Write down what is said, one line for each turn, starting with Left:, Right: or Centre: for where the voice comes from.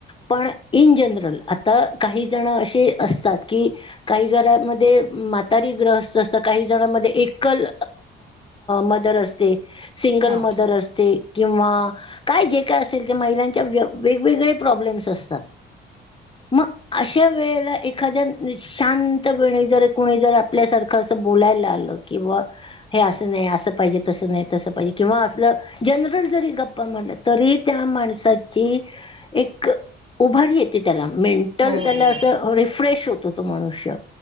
Left: पण इन जनरल, आता काहीजण असे असतात की, काही घरांमध्ये म्हातारी ग्रहस्त असतं, काही जणांमध्ये एकल् मदर अस ते सिंगल
Right: हा
Left: मदर असते. किंवा काय जे काय असेल ते, महिलांच्या वे वेगवेगळे प्रॉब्लेम्स असतात. म अशा वेळेला एखाद्या शांतपणे जर कोणी जर आपल्यासारखं असं बोलायला आलं की बाबा बोलायला हे असं नाही असं पाहिजे तसं नाही तसं पाहीजे, किंवा आपलं जनरल जरी गप्पा मारल्या तरी त्या माणसाची एक उभारी येते त्याला मेंटल
Right: हो हो
Left: त्याला असं रिफ्रेश होतं तो तो मनुष्य.